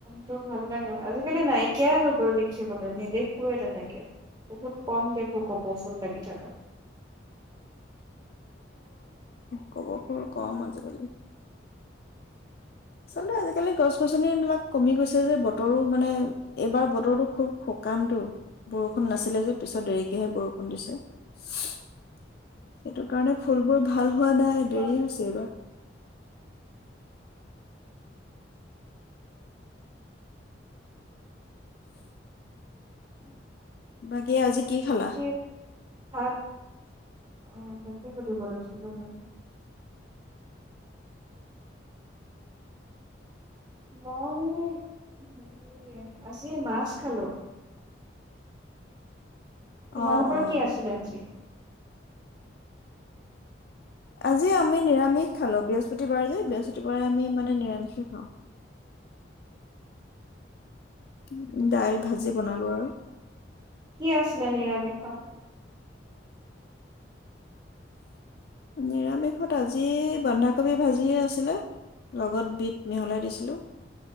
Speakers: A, on the right; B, on the left.
A: তো ভাল লাগে আজিকালি নাইকিয়াই হৈ গ'ল দেখিবলৈ নেদেখোৱে তেনেকে বহুত কম দেখো কপৌ ফুল লাগি থাকা
B: কপৌফুল কম আজিকালি চলে আজিকালি গছ-গছনি বিলাক কমি গৈছে যে বতৰো মানে এইবাৰ বতৰটো খুব শুকানটো বৰষুণ নাছিলে যে পিছত দেৰিকেহে বৰষুণ দিছে সেইটো কাৰণে ফুলবোৰ
A: সেইটো
B: ভাল হোৱা নাই দেৰি
A: কাৰণে
B: হৈছে এইবাৰ
A: <unintelligible>
B: বাকী আজি কি
A: বাকী
B: খালা
A: ভাত অ' তাকে সুধিব লৈছিলো মই মই হেৰি আজি মাছ খালো তোমালোকৰ
B: অ
A: কি
B: অ
A: আছিলে আজি?
B: আজি আমি নিৰামিষ খালো বৃহস্পতিবাৰ যে, বৃহস্পতিবাৰে আমি মানে নিৰামিষে খাওঁ। উ উ দাইল ভাজি বনালো আৰু
A: কি আছিলে নিৰামিষত?
B: নিৰামিষত আজি বন্ধাকবি ভাজি এ আছিলে লগত বিট মিহলাই দিছিলোঁ